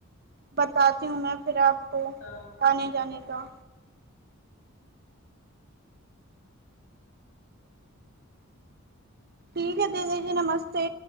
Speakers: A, on the right (about 45°); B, on the left (about 75°).
A: बताती हू मैं फिर आप को
B: शाम को कर
A: आने जाने
B: लेना
A: का ठीक है दीदी जी नमस्ते